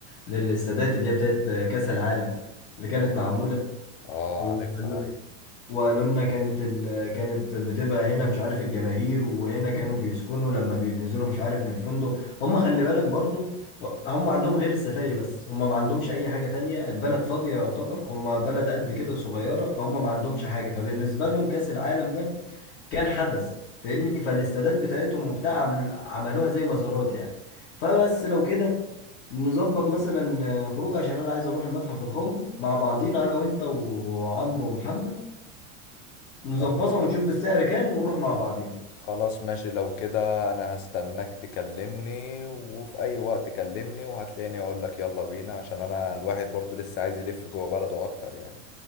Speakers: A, on the left; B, on the left.
A: للاستادات اللي هي بتاعت كأس العالم اللي كانت معمولة
B: اه
A: وقالوا
B: عارفها ايوه
A: وقالوا لنا كانت ال... كانت بتبقى هنا مش عارف الجماهير وهنا كانوا بيسكنوا لما بينزلوا مش عارف من الفندق هم خلي بالك برضو هم عندهم غير السفاري بس هم ما عندهمش أي حاجة تانية البلد فاضية يعتبر هم بلد قد كده صغيرة فهم ما عندهمش حاجة فبالنسبة لهم كأس العالم ده كان حدث فاهمني فالاستادات بتاعتهم وبتاع عمل- عملوها زي مزارات يعني فبس لو كده نظبط مثلا آه، خروج عشان انا عايز اروح المتحف القومي مع بعضينا انا وانت وعمرو ومحمد
B: خلاص
A: نظبطها ونشوف السعر كام ونروح مع بعضينا
B: خلاص ماشي لو كده انا هستناك تكلمني وفي اي وقت كلمني وهتلاقيني اقول لك يلا بينا عشان انا الواحد برضو لسه عايز يلف جوه بلده اكتر يعني